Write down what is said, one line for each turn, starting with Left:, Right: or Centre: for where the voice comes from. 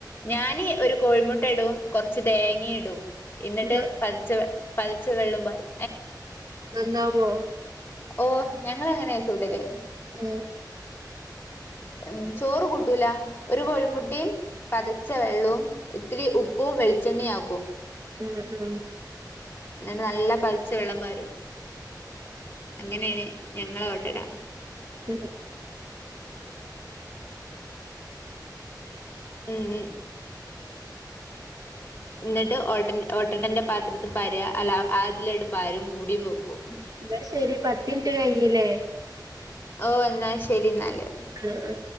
Left: ഞാന് ഒരു കോഴിമുട്ട ഇടും കുറച്ച് തേങ്ങ ഇടും ന്ന
Right: ന്നാ
Left: ട്ട് പതിച്ച പതച് വെല്ലും പാരും
Right: ന ന്നാവോ
Left: ഓ ഞങ്ങ അങ്ങനെയാ ചൂടല്
Right: ഏഹ്
Left: ഉ ചോറ് കൂട്ടൂല ഒരു കോഴിമുട്ടിം പതച്ച വെള്ളും ഇത്തിരി ഉപ്പും വെളിച്ചെണ്ണിആക്കും
Right: ഉം ഉം
Left: എന്ന നല്ല തൾച്ച വെള്ളം പാരും അങ്ങനെയാണ് ഞങ്ങളെ ഓട്ടടാ
Right: ഉം
Left: ഉം ഉം ഇ ന്നട്ട് ഓട്ടടന്റെ പാത്രത്തി പാ ര അല്ല അതിലായിട്ട പാരും മൂടിയും പൊക്കും
Right: ഇന്നാ ശരി പത്തിൻട്ട് കഴിഞ്ഞില്ലേ ല്ലേ
Left: ഓ എന്നാശരി എന്നാല്
Right: ഉം ഉം